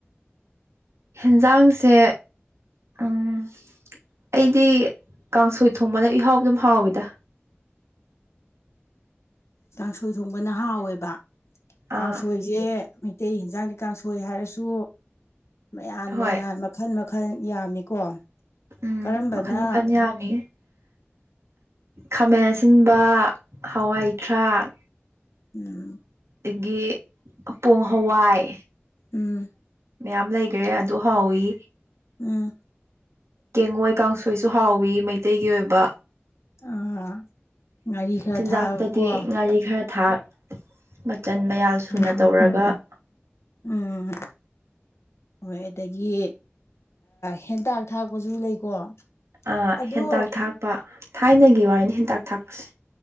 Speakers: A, on the right; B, on the left.
A: ꯍꯦꯟꯖꯥꯡꯁꯦ ꯎꯝ ꯑꯩꯗꯤ ꯀꯥꯡꯁꯣꯏ ꯊꯣꯡꯕꯅ ꯏꯍꯥꯎ ꯑꯗꯨꯝ ꯍꯥꯎꯋꯤꯗ
B: ꯎ ꯀꯥꯡꯥꯡꯁꯣꯏ ꯊꯣꯡꯕꯅ ꯍꯥꯎꯋꯦꯕ ꯀꯥꯡꯁꯣꯏꯁꯦ
A: ꯑꯥ
B: ꯃꯩꯇꯩ ꯏꯟꯁꯥꯡꯗꯤ ꯀꯥꯡꯁꯣꯏ ꯍꯥꯏꯔꯁꯨ ꯃꯌꯥꯟ
A: ꯍꯣꯏ
B: ꯃꯌꯥꯟ ꯃꯈꯜ ꯃꯈꯜ ꯌꯥꯝꯃꯤꯀꯣ
A: ꯎꯝ
B: ꯀꯔꯝꯕꯅ
A: ꯃꯈꯟ ꯃꯈꯟ ꯌꯥꯝꯃꯤ ꯈꯥꯃꯦꯟ ꯑꯁꯤꯟꯕ ꯍꯋꯥꯏꯊꯔꯥꯛ
B: ꯎꯝ
A: ꯑꯗꯒꯤ ꯄꯣꯡ ꯍꯋꯥꯏ
B: ꯎꯝ
A: ꯃꯌꯥꯝ ꯂꯩꯈ꯭ꯔꯦ ꯑꯗꯨ ꯍꯥꯎꯋ
B: ꯎꯝ
A: ꯀꯦꯡꯉꯣꯏ ꯀꯥꯡꯁꯣꯏꯁꯨ ꯍꯥꯎꯋꯤ ꯃꯩꯇꯩꯒꯤ ꯑꯣꯏꯕ
B: ꯑꯥ ꯉꯔꯤ ꯈꯔ
A: ꯆꯤꯟꯖꯥꯛꯇꯗꯤ
B: ꯊꯥꯑꯕꯀꯣ
A: ꯉꯥꯔꯤ ꯈꯔ ꯊꯥꯛ ꯃꯆꯜ ꯃꯌꯥꯜ ꯁꯨꯅ
B: ꯑ
A: ꯇꯧꯔꯒ
B: ꯊꯅ ꯎꯝ ꯍꯣꯏ ꯑꯗꯒꯤ ꯍꯦꯟꯇꯥꯛ ꯊꯥꯛꯄꯁꯨ ꯂꯩꯀꯣ
A: ꯑ
B: ꯑꯗꯣ
A: ꯍꯦꯟꯇꯥꯛ ꯊꯥꯛꯄ ꯊꯥꯏꯅꯒꯤ ꯋꯥꯔꯤꯅꯤ ꯍꯦꯟꯇꯥꯛ ꯊꯥꯛꯄꯁꯦ